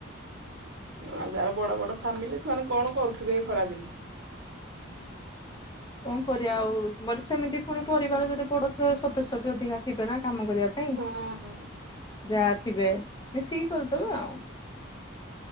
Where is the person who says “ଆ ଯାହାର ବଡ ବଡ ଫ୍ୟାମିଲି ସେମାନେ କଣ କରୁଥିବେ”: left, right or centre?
Right